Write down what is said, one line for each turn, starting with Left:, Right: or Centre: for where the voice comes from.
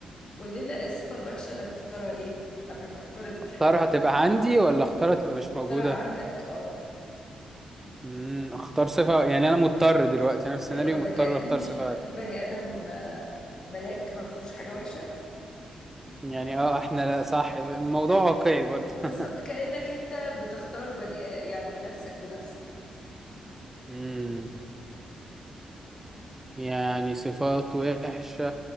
Left: قول لنا الصفة الوحشة اللي هتختارها ايه قبل ما يختار الحلو
Right: اختارها تبقى عندي ولا اختارها تبقى مش
Left: اختارها
Right: موجودة
Left: عندك اه
Right: امم اختار صفة يعني انا مضطر دلوقتي انا في سيناريو
Left: ايوه البني
Right: مضطر
Left: ادمين
Right: اختار
Left: مش
Right: صفة
Left: في بني ادم آه، ملاك ما فيهوش حاجة وحشة
Right: يعني اه احنا لا صح الموضوع
Left: ايوه
Right: واقعي برضه
Left: بالظبط
Right: <laughs>
Left: كأنك انت بتختار بني آه، يعني نفسك بنفسك
Right: امم يعني صفات وحشة